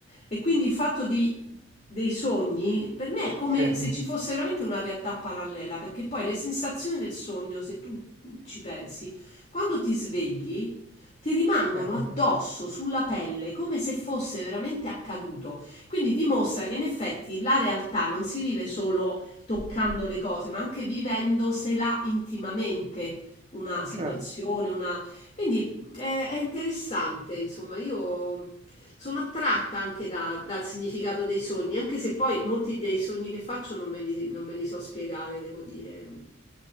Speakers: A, on the left; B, on the right.
A: E quindi il fatto di, dei sogni per me è come
B: Sì,
A: se ci fosse veramente una realtà parallela, perché poi le sensazioni del sogno, se tu ci pensi, quando ti svegli, ti rimangono
B: sì, ma
A: addosso sulla pelle come se fosse veramente accaduto. Quindi dimostra che in effetti la realtà non si vive solo toccando le cose, ma anche vivendosela intimamente una situazione,
B: certo.
A: una... Quindi è, è interessante, insomma, io sono attratta anche da- dal significato dei sogni, anche se poi molti dei sogni che faccio non me li, non me li so spiegare, devo dire.